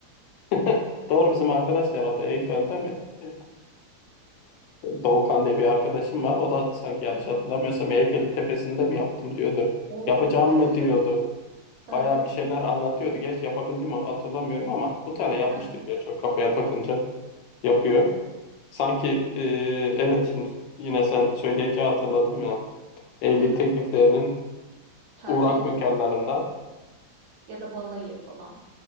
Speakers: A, on the left; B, on the right.
A: <laughs> Doğru bizim arkadaş da herhalde Eyfel'de mi? Ee, Doğukan diye bir arkadaşım var. O da sanki yanlış
B: Aha.
A: hatırlamıyorsam Eyfel'in tepesinde mi yaptım diyordu.
B: Oo.
A: Yapacağım
B: <laughs>
A: mı diyordu. Bayağı
B: Aha.
A: bir şeyler anlatıyordu. Gerçi yapabildim mi hatırlamıyorum ama bu tane yapmıştır
B: Aha.
A: gerçi o kafaya takınca yapıyor. Sanki e, evet şimdi yine sen söyleyince hatırladım ya. Evlilik
B: Evet
A: tekliflerinin
B: evet çok tercih
A: uğrak
B: ediliyor.
A: mekanlarından.
B: ya da balayı falan.